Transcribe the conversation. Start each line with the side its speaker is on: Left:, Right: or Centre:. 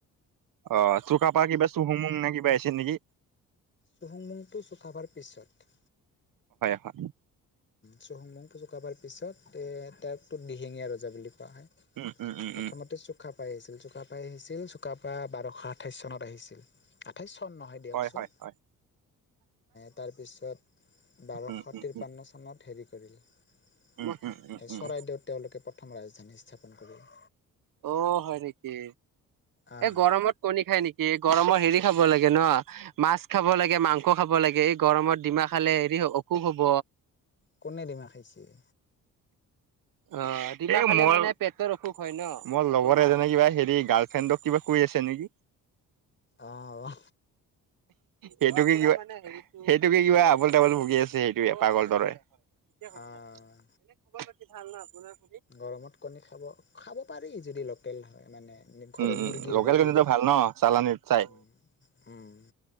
Right: অ' চুকাফা। কিবা চুহুংমুং নে? কিবা আছিল নেকি?
Left: চুহুংমুংটো চুকাফাৰ পিছত
Right: ভাল <unintelligible>
Left: চুহুংমুং চুকাফাৰ পিছত এ <inaudible> দিহিঙীয়া ৰজা বুলি কোৱা হয়
Right: উম, উম, উম,
Left: প্ৰথমতে
Right: উম।
Left: চুকা ছিল চুকাফাই আহিছিল চুকাফাই বাৰশ আঠাইছ চনত আহিছিল প্ৰথন নহয় দিয়কচোন
Right: হয়, হয়, হয়।
Left: তাৰ পিছত, বাৰশ
Right: উম, উম,
Left: ত্ৰিপন্ন
Right: উম,
Left: চনত হেৰি কৰিলে
Right: উম, উম, উম, উম।
Left: চৰাইদেউত তেওঁলোকে প্ৰথম ৰাজধানী স্থাপন কৰিলে।
Right: অ' হয় নেকি?
Left: আহ
Right: এই গৰমত কণী খায় নেকি? গৰমত হেৰি খাব লাগে ন, মাছ খাব লাগে, মাংস খাব লাগে? এই গৰমত ডিম খালে হেৰি হ কো হ'ব।
Left: কোনে ডিমা খাইছিয়ে?
Right: অ পেটৰ অসুখ হয় ন? মোৰ লগৰ এজনে গালফ্ৰেণ্ডক কৈ এ ছে নেকি?
Left: অহ।
Right: সেইটোৱে কিবা আবোল-তাবোল বকি আছে। সেইটোৱে পাগল দৰে। কেতিয়া কৈছা
Left: আহ
Right: আপুনি, এনে খবৰ পাতি ভাল নহয় আপোনাৰ?
Left: গৰমত কণী খাব পাৰি, যদি লোকেল কণী হয়, মানে ঘৰৰ
Right: উঁম, উঁম
Left: মুৰ্গীৰ
Right: লোকেল
Left: হয়
Right: কণীটো
Left: যদি
Right: ভাল ন, চালানীত চাই?
Left: উম উম